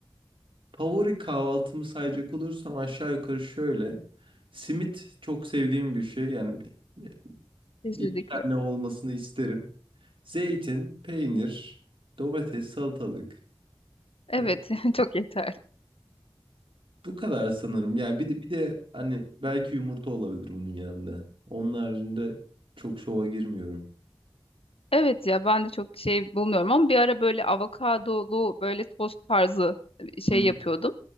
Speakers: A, on the right; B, on the left.
A: favori kahvaltımı sayacak olursam aşağı yukarı şöyle. Simit çok sevdiğim bir şey. Yani bir, bir-
B: kesinlikle.
A: iki tane olmasını isterim. Zeytin, peynir, domates, salatalık.
B: Evet,
A: E,
B: <laughs> çok yeterli.
A: bu kadar sanırım. Yani bir de, bir de hani belki yumurta olabilir bunun yanında. Onun haricinde çok şova girmiyorum.
B: Evet ya ben de çok şey bulmuyorum ama bir ara böyle avokadolu böyle tost tarzı
A: Hı
B: şey
A: hı.
B: yapıyordum.